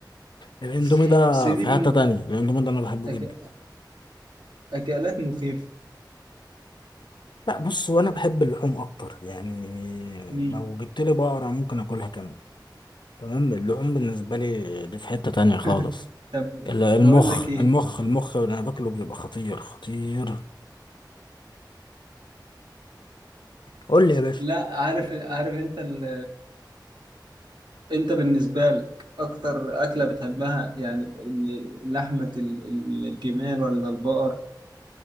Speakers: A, on the left; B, on the right.
A: الاندومي
B: <laughs>
A: ده
B: بس دي
A: في حتة
B: من
A: تانية الاندومي ده انا بحبه
B: أك...
A: جدا
B: اكلات مخيفه
A: لا بص وانا بحب اللحوم اكتر يعني
B: مم.
A: لو جبت لي بقرة ممكن اكلها كاملة تمام اللحوم بالنسبة لي دي في حتة تانية
B: <laughs>
A: خالص
B: طب
A: ال- المخ
B: بقول لك ايه
A: المخ المخ اللي أنا باكله بيبقى خطير خطير قول لي يا باشا
B: لا عارف عارف انت ال... انت بالنسبه لك اكتر اكله بتحبها يعني ال- لحمه ال- ال- الجمال ولا البقر